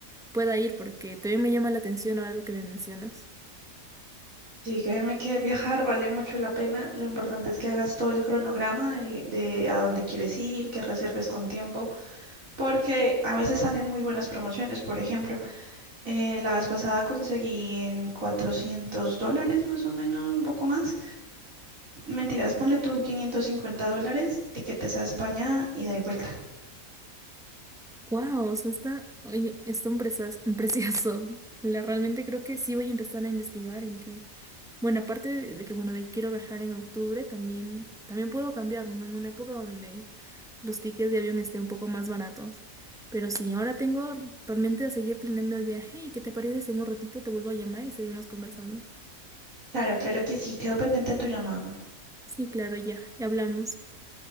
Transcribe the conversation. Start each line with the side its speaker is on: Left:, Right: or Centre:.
Centre: pueda ir porque también me llama la atención ahora lo que me mencionas.
Right: Sí, créeme que viajar vale mucho la pena. Lo importante es que hagas todo el cronograma de, de a dónde quieres ir, que reserves con tiempo, porque a veces salen muy buenas promociones. Por ejemplo, Eh, la vez pasada conseguí en 400 dólares más o menos, un poco más. Mentiras, ponle tú 550 dólares, tiquetes a España ida y da y vuelta.
Centre: Wow, o sea, está, oye, está un presas- un precioso. <laughs> La, realmente creo que sí voy a empezar a investigar en que, bueno, aparte de, de que, bueno, de que quiero viajar en octubre, también, también puedo cambiar, ¿no? En una época donde los tickets de avión estén un poco más baratos. Pero sí, ahora tengo realmente a seguir planeando el viaje y ¿qué te parece si en un ratito te vuelvo a llamar y seguimos conversando?
Right: Claro, claro que sí, quedo pendiente de tu llamada.
Centre: Sí, claro, ya, ya hablamos.